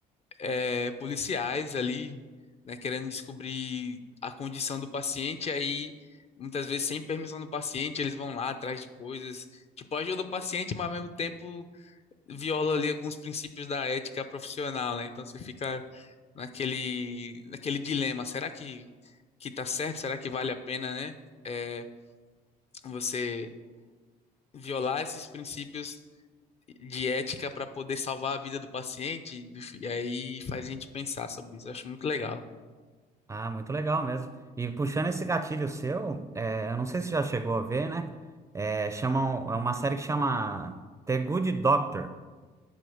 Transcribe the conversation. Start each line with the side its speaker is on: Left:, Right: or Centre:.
Left: é, policiais ali, né? Querendo descobrir a condição do paciente. Aí, muitas vezes, sem permissão do paciente, eles vão lá atrás de coisas. Tipo, ajuda o paciente, mas ao mesmo tempo viola ali alguns princípios da ética profissional, né? Então você fica naquele, naquele dilema, será que que tá certo? Será que vale a pena, né? É, você violar esses princípios de ética para poder salvar a vida do paciente? E aí faz a gente pensar sobre isso. Eu acho muito legal.
Right: Ah, muito legal mesmo. E puxando esse gatilho seu, é, eu não sei se já chegou a ver, né? É, chamam, é uma série que chama The Good Doctor.